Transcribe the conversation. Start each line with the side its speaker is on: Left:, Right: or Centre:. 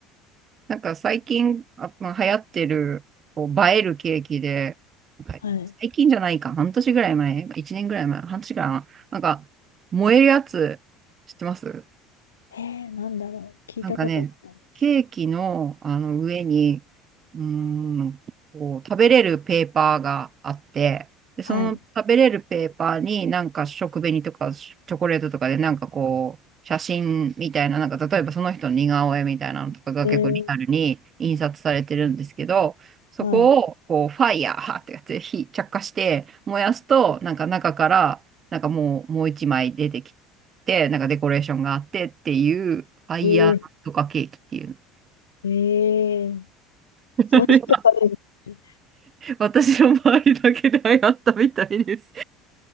Right: なんか最近、あ、まあ、流行ってる、こう、映えるケーキで、なんか最近じゃないか、
Left: あ、はい。
Right: 半年ぐらい前、1年ぐらい前、半年ぐらい前、なんか、燃えるやつ、知ってます
Left: えー、なんだろう。聞いたことなかったです。
Right: なんかね、ケーキの、あの上に、うーん、こう、食べれるペーパーがあって、で、その食べれるペーパーになんか食紅とかチョコレートとかでなんかこう、
Left: はい。
Right: 写真みたいな、なんか例えばその人の似顔絵みたいなのとかが結構リアルに印刷されてるんですけど、
Left: えー、
Right: そこをこう、
Left: はい。
Right: ファイヤーってやつで火着火して燃やすと、なんか中から、なんかもう、もう一枚出てきて、なんかデコレーションがあってっていう、ファイヤーとかケーキっていう。
Left: えー、えー、
Right: <laughs>
Left: そんなことあるんです
Right: 私の周りだけで流行ったみたいです。